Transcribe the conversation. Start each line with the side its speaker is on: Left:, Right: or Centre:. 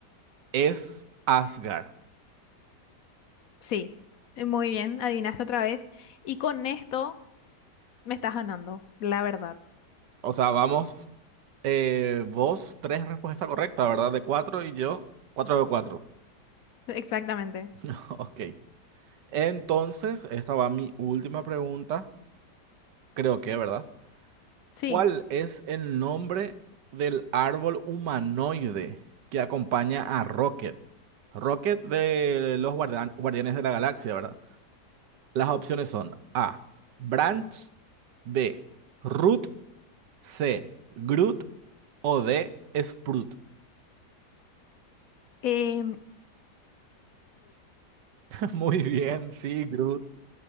Right: Es Asgard.
Left: Sí, eh, muy bien, adivinaste otra vez. Y con esto me estás ganando, la verdad.
Right: O sea, vamos, eh, vos tres respuestas correctas, ¿verdad? De cuatro y yo cuatro de cuatro.
Left: Exactamente.
Right: <laughs> Ok. Entonces, esta va mi última pregunta, creo que, ¿verdad?
Left: Sí.
Right: ¿Cuál es el nombre del árbol humanoide que acompaña a Rocket? Rocket de los guardian- Guardianes de la Galaxia, ¿verdad? Las opciones son A, Branch, B, Root, C, Groot o D, Sprout.
Left: Eh,
Right: <laughs> Muy bien, sí, Groot.